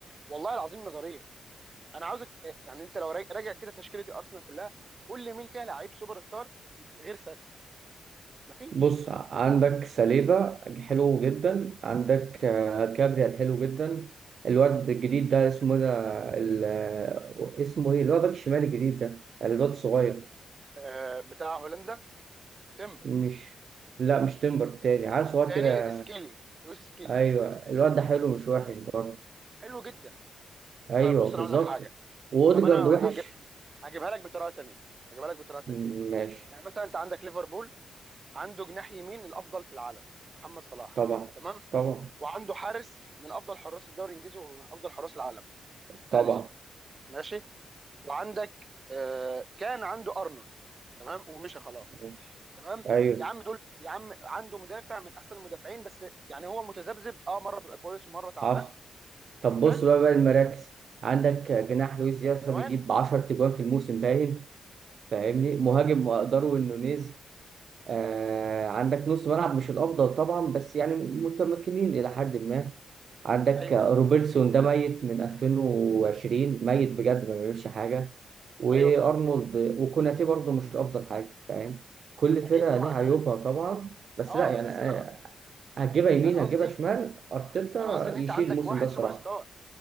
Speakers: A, on the right; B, on the right.
A: والله العظيم نظريا انا عاوزك آه، يعني انت لو را- راجع كده تشكيله الارسنال كلها قول لي مين فيها لعيب سوبر ستار غير ساكا مفيش
B: بص ع- عندك سليبة حلو جدا عندك آه، كابريا حلو جدا الواد الجديد ده اسمه ده ال- آه، اسمه ايه اللي هو باك الشمال الجديد ده الواد الصغير
A: آه بتاع هولندا تيمبر
B: مش لا مش تمبر تاني عيل
A: التاني
B: صغير كده
A: سكيلي لويس سكيلي
B: ايوه الواد ده حلو مش وحش برضه
A: حلو جدا
B: ايوه
A: طيب بص انا
B: بالظبط
A: اقول لك حاجه
B: واوديجارد
A: طب انا
B: وحش
A: هجيب هجيبها لك بطريقه تانيه هجيبها لك بطريقه تانيه
B: م- ماشي
A: يعني مثلا انت عندك ليفربول عنده جناح يمين الافضل في العالم محمد صلاح
B: طبعا
A: تمام
B: طبعا
A: وعنده حارس من افضل حراس الدوري الانجليزي وافضل حراس العالم
B: طبعا
A: اليسون ماشي وعندك آه كان عنده ارنولد تمام ومشى خلاص
B: ماشي.
A: تمام
B: ايوه
A: يا عم دول يا عم عنده مدافع من احسن المدافعين بس يعني هو متذبذب اه مره بيبقى كويس ومره تعبان
B: حصل طب بص
A: حلو
B: بقى بقى المراكز عندك جناح لويس دياز
A: لا ثواني
B: بيجيب 10 تجوان في الموسم باين فاهمني مهاجم داروين نونيز آه عندك نص
A: ما
B: ملعب مش الافضل طبعا بس يعني متمكنين الى حد ما عندك
A: ايوه
B: روبرتسون ده ميت من 2020 ميت بجد ما بيعملش حاجه وارنولد
A: ايوه صح
B: وكوناتي برضه مش افضل حاجه فاهم كل
A: اكيد
B: فرقه
A: طبعا
B: ليها عيوبها
A: اه
B: طبعا بس
A: آه،
B: لا يعني
A: بس
B: آه،
A: انا
B: هتجيبها يمين
A: انا
B: هتجيبها
A: قصدي
B: شمال ارتيتا
A: انا قصدي ان انت
B: يشيل
A: عندك
B: الموسم
A: واحد
B: ده الصراحه
A: سوبر ستار